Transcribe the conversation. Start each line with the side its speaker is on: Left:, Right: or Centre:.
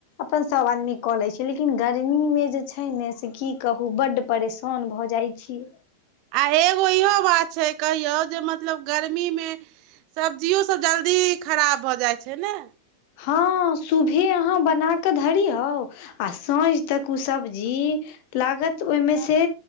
Left: अपन सब आनमी क लय छी <unintelligible> लेकिन गर्मी मे जे छै ने से की कहू बड्ड परेशान भऽ जाइ छी
Right: आ एगो इहो बात छै कहियौ जे मतलब गर्मीमे सब्जियो सब जल्दी खराब भऽ जाइत छै ने
Left: हँ सुभे अहाँ बनाकऽ धरियउ आ साँझ तक उ सब्जी लागत ओहिमे से